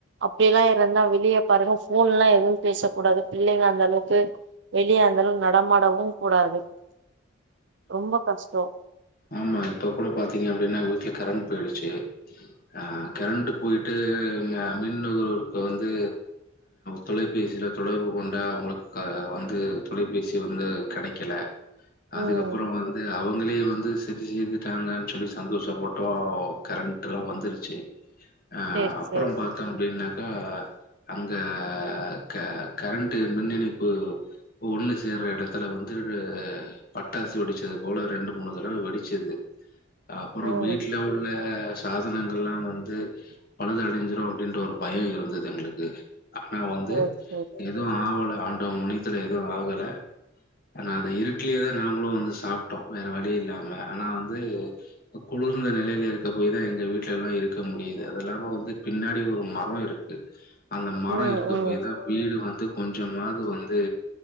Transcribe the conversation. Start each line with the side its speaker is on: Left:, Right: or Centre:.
Right: அப்டி எல்லா இருந்தா வெளியே பாருங்க போன் எல்லா எதுவும் பேசக்க கூடாது பிள்ளைங்க அந்த அளவுக்கு வெளியே அந்த அளவுக்கு நடமாடவும் கூடாது ரொம்ப கஷ்டோ
Left: ஆமா இப்ப கூட பாத் பீங்க அப்டின்னாங்க வீட்டுல கரண்ட் போயிடுச்சு அஹ கரண்ட் போயிட்டு மின்நுகர்வோர்க்கு வந்து தொலைபேசியில தொடர்பு கொண்ட அவங்களுக்கு வந்து தொலைபேசி வந்து கேடைக்கல அதுக்கப்புறம்
Right: ம்
Left: வந்து அவுங்களே வந்து சரி செய்துட்டாங்க சொல்லி சந்தோஷ பட்டோம் கரண்ட் எல்லாம் வந்துருச்சு அஹ்
Right: சேரி
Left: அப்புறம்
Right: சேரி
Left: பாத்தோம் அப்பிடின்னா க்க அங்க க கரண்ட் மின் இணைப்பு ஒண்ணு சேற இடத்துல வந்து பட்டாசு வெடிச்சது போல ரெண்டு மூணு தடவை வெடிச்சது அப்புறம்
Right: ம்
Left: வீட்டு்ல உள்ள சாதனங்கள் எல்லா வந்து பழுதுடைஞ்சிடும் அப்பிடின்ற ஒரு பயம் இருந்தது எங்களுக்கு ஆனா வந்து
Right: சேரி சேரி
Left: எதுவும்
Right: சேரி
Left: ஆவல ஆன முனித்துல ஏதுவும் ஆகல ஆனா அதை இருக்கலயேதான் நாங்களும் வந்து சாப்பிட்டோம் வேற வழி இல்லாம ஆனா வந்து குளிர்ந்த நிலையில இருக்க போயதான் எங்க வீட்டுல எல்லா இருக்க முடியுது அது இல்லாம வந்து பின்னாடி ஒரு மரம் இருக்கு அந்த மரம்
Right: ம்
Left: இருக்க
Right: ம்
Left: போய் தான் வீடு வந்து கொஞ்சமாவது வந்து